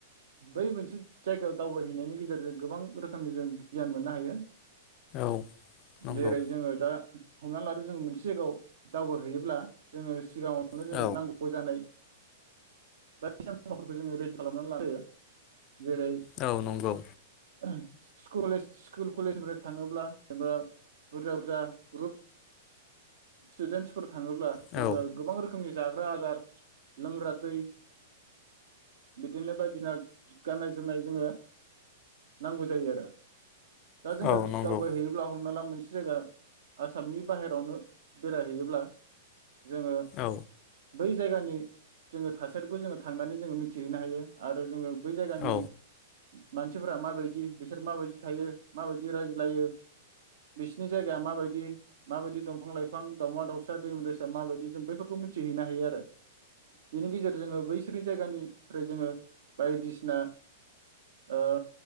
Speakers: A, on the right; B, on the left.
A: बै मोनसे जायगायाव दावबायहैनायनि गेजेरजों गोबां रोखोमनि जों गियान मोननो हायो
B: औ नंगौ
A: जेरै जोंडों दा हमना लादो जोङो मोनसे जायगायाव दावबायहैयोब्ला जोङो सिगाङावनो जोङो
B: औ
A: नांगौ जानाय बायदिसिना मुवाफोरखौ जोङो रेडि खालामनानै लायो जेरै
B: औ नंगौ
A: <inaudible> कलेज स्कुल कलेज निफ्राय थाङोब्ला जेनेबा बुरजा बुरजा ग्रुप स्टुडेन्टसफोर थाङोब्ला
B: औ
A: जोङो गोबां रोखोमनि जाग्रा आदार लोंग्रा दै बिदिनो बायदिना गाननाय जोमनाय जोङो नांगौ जायो आरो दा जोङो
B: औ नंगौ
A: दावबायहैयोब्ला हमना ला मोनस जायगा आसामनि बाहेरायावनो बेरायहैयोब्ला जोङो
B: औ
A: बै जायगानि जोङो थासारिखौ जोङो थांनानै जोङो मिथिहैनो हायो आरो जोङो बै जायगानि
B: औ
A: मानसिफोरा माबायदि बिसोर माबायदि थायो माबायदि रायज्लायो बिसिनि जायगाया माबायदि माबायदि दंफां लाइफां दावउमा दाउसा दैम दैसा माबायदि जों बैफोरखौ मिथिहैनो हायो आरो बिनि गेजेर जोङो बैसोरनि जायगानिफ्राय जोङो बायदिसिना ओ